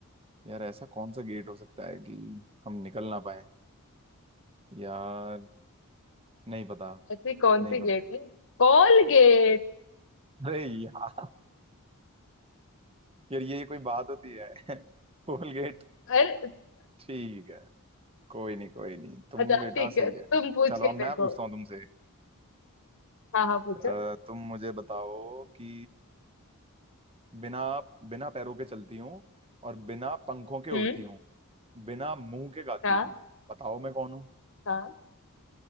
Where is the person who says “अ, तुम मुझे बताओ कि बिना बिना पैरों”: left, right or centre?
Right